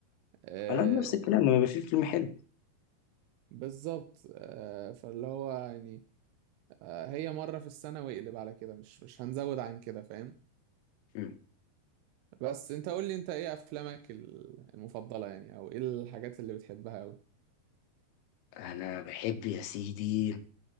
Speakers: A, on the right; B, on the left.
A: أه
B: انا نفس الكلام لما يبقى في فيلم حلو
A: بالظبط أه فاللي هو يعني أه هي مرة في السنة واقلب على كده مش مش هنزود عن كده فاهم
B: مم.
A: بس انت قول لي انت ايه افلامك ال- المفضلة يعني او ايه الحاجات اللي بتحبها أوي
B: انا بحب يا سيدي